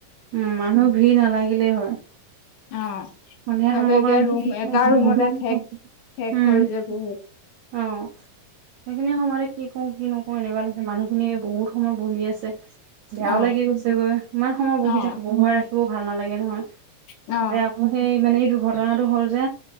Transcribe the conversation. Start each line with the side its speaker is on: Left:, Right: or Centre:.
Right: উম মানুহ ভিৰ নালাগিলেই হয়।
Left: অ সিহঁতে
Right: সন্ধিয়া সময়কণ
Left: এতিয়া ৰুম
Right: কি কৰো
Left: এটা
Right: কি
Left: ৰুমতে
Right: নকৰো,
Left: ঠেক। ঠেক
Right: উম
Left: হ'ল যে বহুত।
Right: অ। সেইখিনি সময়তে কি কওঁ কি নকওঁ এনেকুৱা মানুহখিনিয়ে বহুত সময় বহি আছে। বেয়াও
Left: অ',
Right: লাগি গৈছে গৈ ইমান সময়
Left: অ',
Right: বহি থাক বহুৱাই ৰাখিবও ভাল নালাগে নহয়।
Left: অ',
Right: তাতে আকৌ সেই মানে এইটো ঘটনাটো হ'ল যে।